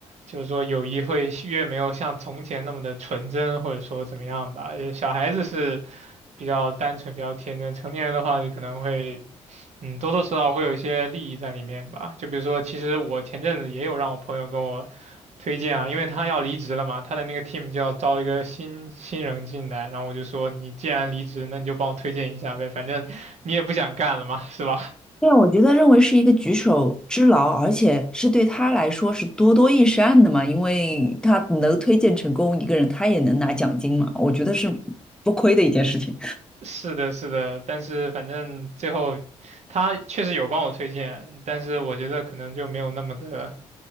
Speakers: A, on the right; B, in the centre.
A: 就是说友谊会越没有像从前那么的纯真，或者说怎么样吧。就是小孩子是比较单纯、比较天真，成年人的话就可能会，嗯，多多少少会有一些利益在里面吧。就比如说，其实我前阵子也有让我朋友跟我推荐啊，因为他要离职了嘛，他的那个 team 就要招一个新新人进来，然后我就说，你既然离职，那你就帮我推荐一下呗，反正你也不想干了嘛，是吧？
B: 对，我觉得认为是一个举手之劳，而且是对他来说是多多益善的嘛，因为他能推荐成功一个人，他也能拿奖金嘛，我觉得是不亏的一件事情，
A: 是的，是的，但是反正最后他确实有帮我推荐，但是我觉得可能就没有那么的，